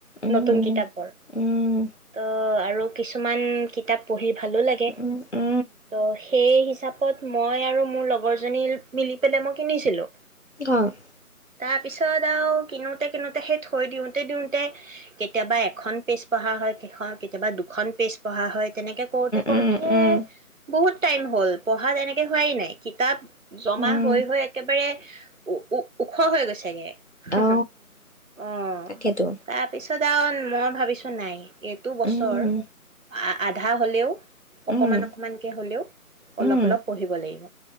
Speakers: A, on the left (about 50°); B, on the right (about 60°).
A: উম
B: নতুন কিতাপৰ।
A: উম উম উম
B: অ আৰু কিছুমান কিতাপ পঢ়িব ভালো লাগে।
A: উম উম উম উম
B: ত' সেই হিচাপ কত মই আৰু মোৰ লগৰজনী মিলি পেলাই মই কিনিছিলোঁ।
A: অ',
B: তাৰ পিছত আৰু কিনোতে কিনোতে, সেই থৈ দিওঁতে দিওঁতে, কেতিয়াবা এখন পেজ পঢ়া হয় ', কেইখন, কেতিয়াবা দুখন পেজ পঢ়া হয়, তেনেকে কৰোতে -কৰোতে
A: উম উম
B: বহুত টাইম হ'ল পঢ়া তেনেকে হোৱাই নাই কিতাপ জমা
A: উম
B: হৈ -হৈ একেবাৰে, উ', উ', -উ', ওখ হৈ গৈছেগে। হ
A: অ
B: হ অ
A: তাকেতো
B: তাৰপিছত কাৰণ মই ভাবিছোঁ নাই, এইটো বছৰ,
A: উম
B: আধা হ'লেও, অকমান-
A: উম
B: অকমানকে হলেও
A: উম
B: অলপ- অলপ পঢ়িব লাগিব,